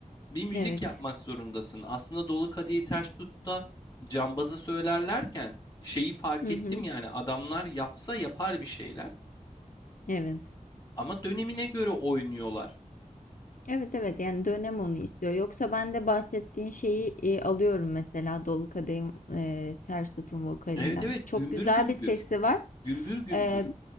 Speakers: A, on the left (about 25°); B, on the left (about 75°).
A: bir müzik
B: Evet.
A: yapmak zorundasın. Aslında Dolu Kadehi Ters Tut'ta cambazı söylerlerken şeyi fark
B: Hı
A: ettim
B: hı.
A: yani adamlar yapsa yapar bir şeyler
B: Evet.
A: ama dönemine göre oynuyorlar.
B: Evet evet yani dönem onu istiyor. Yoksa ben de bahsettiğin şeyi e, alıyorum mesela Dolu Kadehin e, Ters Tutun vokalinden.
A: Evet evet
B: Çok
A: gümbür
B: güzel
A: gümbür.
B: bir sesi var.
A: Gümbür gümbür.
B: E,